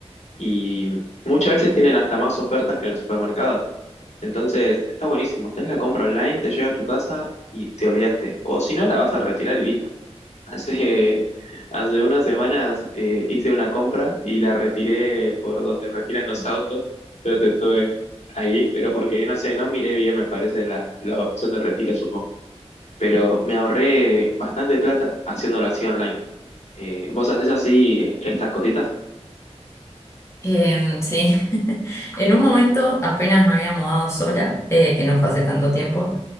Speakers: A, on the left; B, on the left.
A: y muchas veces tienen hasta más ofertas que en el supermercado. Entonces, está buenísimo. Haces la compra online, te llega a tu casa y te olvidaste. O si no, la vas a retirar y listo. <laughs> Hace, hace unas semanas eh, hice una compra y la retiré por donde retiran los autos. Entonces estuve ahí, pero porque no sé, no miré bien, me parece, la, la opción de retiro, supongo. Pero me ahorré bastante plata haciéndolo así online. Eh, ¿vos hacés así eh, estas cositas?
B: Em, sí, <laughs> en un momento apenas me había mudado sola, eh, que no fue hace tanto tiempo.